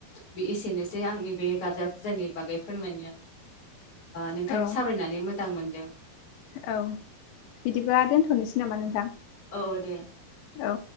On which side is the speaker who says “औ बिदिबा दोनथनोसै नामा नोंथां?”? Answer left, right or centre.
Left